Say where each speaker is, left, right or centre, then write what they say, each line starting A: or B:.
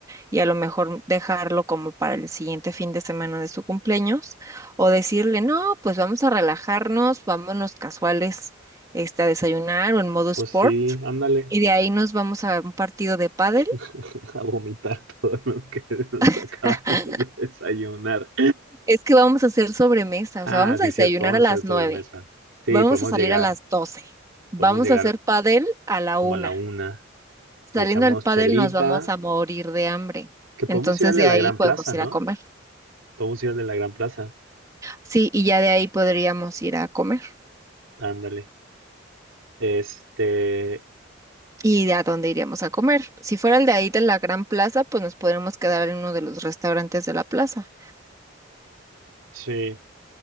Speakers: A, on the right; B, on the right.
A: y a lo mejor dejarlo como para el siguiente fin de semana de su cumpleaños o decirle, no, pues vamos a relajarnos, vámonos casuales este, a desayunar o en modo
B: Pues
A: sport
B: sí, ándale
A: y de ahí nos vamos a un partido de pádel.
B: <laughs> a vomitar todo lo que nos
A: <laughs>
B: acabamos de desayunar.
A: Es que vamos a hacer sobremesa,
B: Ah,
A: o sea, vamos
B: sí,
A: a desayunar
B: cierto, vamos
A: a las
B: a hacer sobremesa.
A: nueve,
B: Sí,
A: vamos
B: podemos
A: a salir
B: llegar,
A: a las doce, vamos
B: podemos llegar
A: a hacer pádel a la
B: como
A: una.
B: a la una. Le
A: Saliendo
B: echamos
A: del pádel
B: chelita,
A: nos vamos a morir de hambre.
B: que podemos
A: Entonces
B: ir al
A: de
B: de la
A: ahí
B: Gran
A: podemos
B: Plaza,
A: ir
B: ¿no?
A: a comer.
B: Podemos ir al de la Gran Plaza,
A: Sí, y ya de ahí podríamos ir a comer.
B: ándale. Este,
A: y de a dónde iríamos a comer. Si fuera el de ahí de la Gran Plaza, pues nos podríamos quedar en uno de los restaurantes de la plaza.
B: sí,